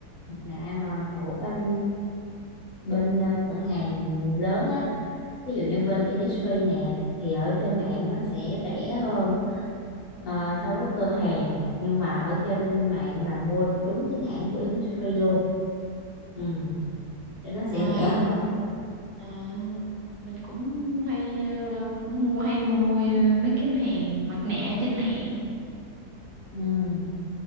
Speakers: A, on the left; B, on the right.
A: mặt nạ mà của bên bên ờ, cửa hàng lớn á ví dụ như bên Innisfree nè thì ở trên mạng nó sẽ rẻ hơn ờ, so với cửa hàng nhưng mà ở trên mạng là mua đúng chính hãng của Innisfree luôn ừ cho nó sẽ
B: à
A: rẻ hơn
B: à mình cũng hay à, lâu lâu cũng mua hay mua à, mấy cái hàng mặt nạ trên mạng
A: ừ.